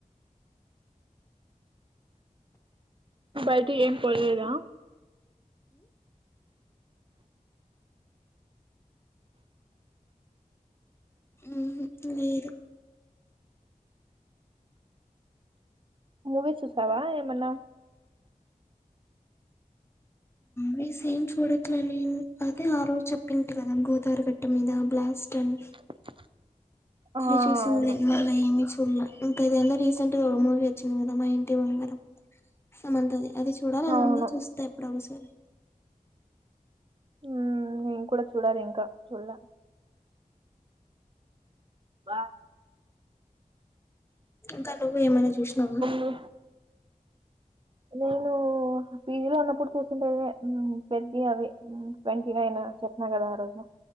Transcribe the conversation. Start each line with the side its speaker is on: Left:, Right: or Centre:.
Right: బయటే ఏం పోలేదా
Left: మ్మ్ లేదు
Right: మూవీ చూసావా ఏమన్నా
Left: న్యూస్ ఏం చూడట్లేదు నేను అదే ఆ రోజు చెప్పింటి కదా గోదారి గట్టు మీద లాస్ట్ అని
Right: <unintelligible> ఆ
Left: అది చూసిందే
Right: అవును
Left: మళ్ళ ఏమీ చూడల ఇంకా ఇదేందో రీసెంట్ గా మూవి వచ్చింది కదా మా ఇంటి బంగారం సమంతది అది చూడాలని
Right: అవును
Left: ఉంది చూస్త ఎప్పుడోకసారి
Right: మ్మ్ నేను కూడా చూడాలి ఇంకా చూడలే వా
Left: ఇంకా నువ్వు ఏమైనా చూసినావా
Right: లో నేను పీజీలో ఉన్నప్పుడు చూసిండేవే మ్మ్ పెద్ది అవి మ్మ్ ట్వంటీ నైన్ చెప్పిన కదా ఆరోజు